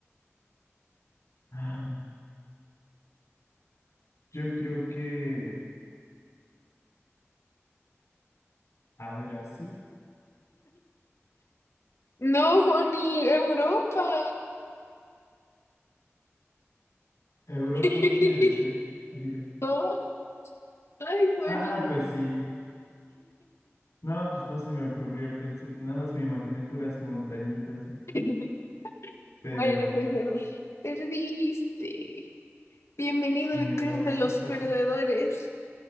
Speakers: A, on the left; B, on the left.
A: Ah, Yo creo que, a ver, Asia.
B: No, Juani, Europa.
A: Europa
B: <laughs>
A: no tiene desiertos. Ah, Mira.
B: No, ay, Juani.
A: Ah, pues sí. No, pues no se me ocurrió. Pensé, nada más me imaginé puras montañitas, este,
B: <laughs>
A: pero
B: Bueno, pues, Juani, perdiste. Bienvenido
A: ni
B: al Club
A: modo,
B: de
A: así
B: los
A: pasa.
B: Perdedores.